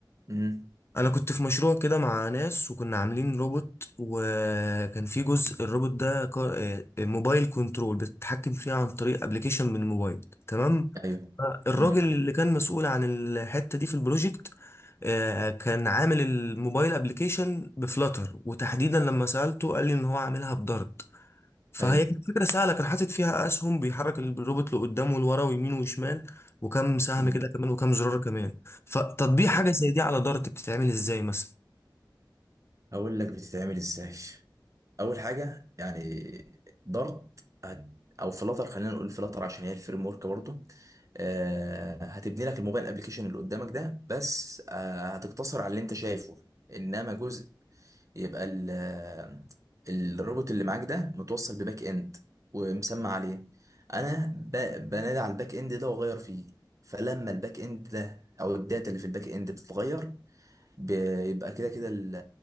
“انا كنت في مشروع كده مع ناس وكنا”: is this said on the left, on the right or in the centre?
Left